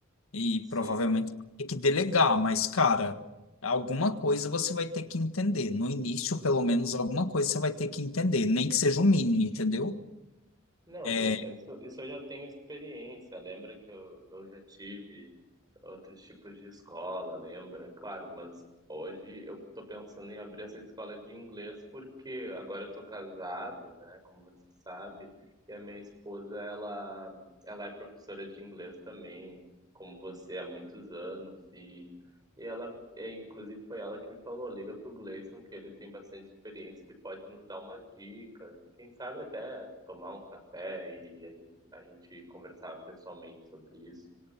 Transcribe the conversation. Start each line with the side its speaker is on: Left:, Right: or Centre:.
Left: E
Right: sim.
Left: provavelmente vai ter que delegar, mas, cara, alguma coisa você vai ter que entender. No início, pelo menos, alguma coisa você vai ter que entender, nem que seja o mínimo, entendeu?
Right: Não,
Left: É
Right: Gleison, isso, isso eu já tenho experiência. Lembra que eu, eu já tive outros tipos de escola, lembra? Claro, mas hoje eu tô pensando em abrir essa escola de inglês porque agora eu tô casado, né? Como você sabe, e a minha esposa, ela, ela é professora de inglês também, como você há muitos anos, e, e ela é, inclusive foi ela que me falou, liga pro Gleison que ele tem bastante experiência, ele pode nos dar umas dicas e quem sabe até tomar um café e a gente, a gente conversar pessoalmente sobre isso.